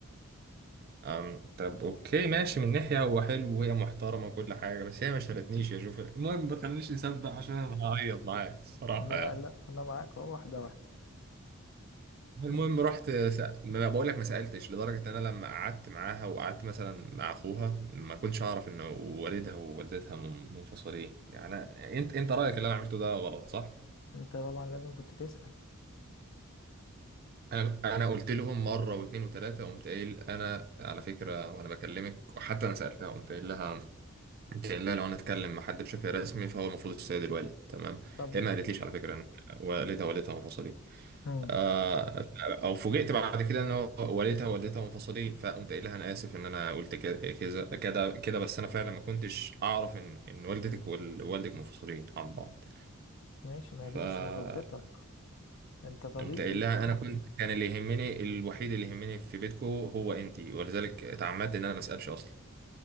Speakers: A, on the right; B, on the left.
A: أم... طب أوكي ماشي من ناحية هو حلو وهي محترمة وكل حاجة بس هي ما شالتنيش يا شوف المهم ما تخلينيش نسبح عشان أنا هعيط معاك الصراحة
B: لا
A: يعني
B: لا انا معاك اهو واحده واحده
A: المهم
B: أم.
A: رحت سأ... ما بقول لك ما سألتش لدرجة ان انا لما قعدت معاها وقعدت مثلا مع اخوها ما كنتش اعرف ان والدها ووالدتها من- منفصلين يعني أنا- انت انت رأيك اللي انا عملته ده غلط صح؟
B: انت طبعا لازم كنت تسأل
A: انا انا قلت لهم مرة واثنين وثلاثة قمت قايل انا على فكرة وانا بكلمك وحتى انا سألتها قمت قايل لها قمت قايل لها لو انا اتكلم مع حد بشكل رسمي فهو المفروض السيد الوالد تمام؟
B: طبعا
A: هي ما قالتليش على فكرة ان والدها ووالدتها منفصلين
B: أم.
A: آه، او فوجئت بعد كده ان هو والدها ووالدتها منفصلين فقمت قايل لها انا اسف ان انا قلت كده كذا- كده كده بس انا فعلا ما كنتش اعرف ان ان والدتك ووالدك منفصلين عن بعض
B: ماشي ما
A: فقمت
B: هي دي مش من غلطتك انت طبيعي
A: قايل لها انا كنت كان اللي يهمني الوحيد اللي يهمني في بيتكم هو انتي ولذلك اتعمدت ان انا ما اسالش اصلا